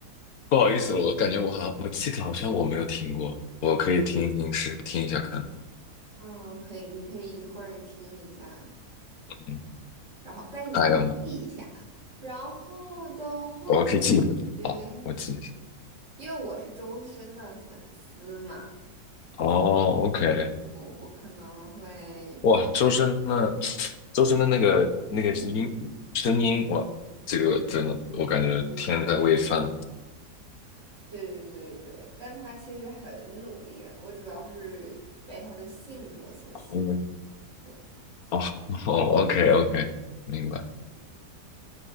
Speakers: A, on the left; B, on the right.
A: 不好意思了，我感觉我好像我记得好像我没有听过，我可以听一听试听一下看。
B: 嗯，可以，你可以一会儿听一下，
A: 嗯，
B: 然后但是你可以记一下。
A: 还有吗？
B: 然后的话，
A: 我可以记一下。
B: 我觉得
A: 好，我记一下。
B: 因为我是周深的粉丝嘛，
A: 哦，OK，
B: 我我可能会。
A: 哇，周深的周深的那个那个音声音，哇，这个真的，我感觉天在喂饭。
B: 对对对对对，但他其实很努力啊我主要是被他的性格所吸引。
A: 哦
B: 对
A: 哦哦，OK OK，明白。